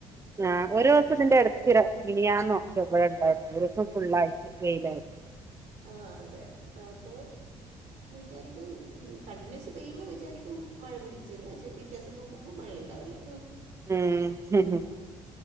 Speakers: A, on the right; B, on the right.
A: ആഹ ഒരു ദിവസത്തിതിന്റെ ഇടുത്തിര ഇനിയാന്നോക്കെ ഇവിടെ ഉണ്ടായിരുന്നു ഒരു ദിവസം ഫുള്ളാഴ്ച കയിലായിരുന്നു
B: ആഹ അതെ അപ്പൊ വിാരിക്കും കണ്ടിന്യൂസ് പെയ്യുമ്പോൾ വിചാരിക്കും മഴ പിടിച്ചന്ന് പക്ഷെ വ്യത്യാസം നോക്കുമ്പോൾ മഴയുണ്ടാവില്ല
A: ഉം ഹ ഹ